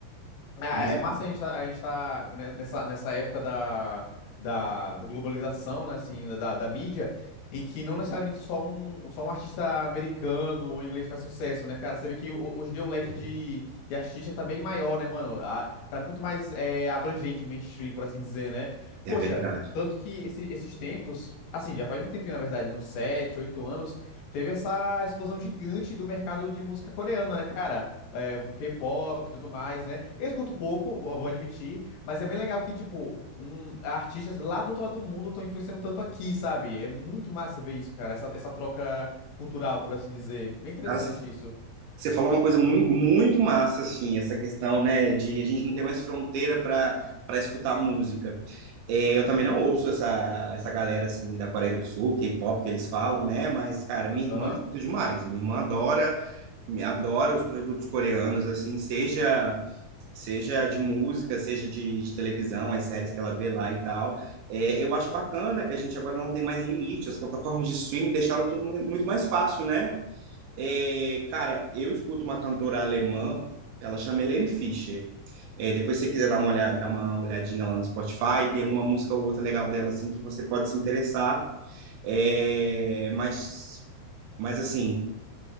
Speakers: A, on the left (about 70°); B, on the right (about 75°).
A: É,
B: Mas-
A: é massa a gente tá, a gente tá ne- nessa, nessa época da, da, da globalização, né, assim, da, da mídia, em que não necessariamente só um, só um artista americano ou inglês faz sucesso, né, cara? Você vê que ho- hoje em dia o leque
B: É
A: de, de artistas tá bem maior, né, mano? A- tá muito mais é, abrangente o mainstream, por assim dizer, né? Poxa,
B: é verdade.
A: tanto que esse- esses tempos, assim, já faz um tempinho, na verdade, né, uns sete, oito anos, teve essa explosão gigante do mercado de música coreana, né, cara? é, o K-pop e tudo mais, né? Eu escuto pouco, eu vou admitir, mas é bem legal que, tipo, um, artistas lá do outro lado do mundo estão influenciando tanto aqui, sabe? É muito massa ver isso, cara, essa, essa troca cultural, por assim dizer. Bem interessante
B: Cara, você
A: isso.
B: você falou uma coisa muito, muito massa, assim, essa questão, né, de a gente não ter mais fronteira para para escutar música. É, eu também não ouço essa, essa galera, assim, da Coreia do Sul, K-pop que eles falam, né, mas, cara, minha
A: Aham.
B: irmã escuta demais.
A: Hum,
B: Minha irmã adora, me adora os produtos coreanos, assim, seja seja de música, seja de, de
A: hum.
B: televisão, as séries que ela vê lá e tal. É, eu acho bacana que a gente agora não tem mais limite, as plataformas de streaming deixaram tudo mu- muito mais fácil, né? É, cara, eu escuto uma cantora alemã, ela chama Helene Fischer. É, depois, se você quiser dar uma olhada, dar uma olhadinha lá no Spotify, tem uma música ou outra legal dela, assim, que você pode se interessar. É, mas, mas assim,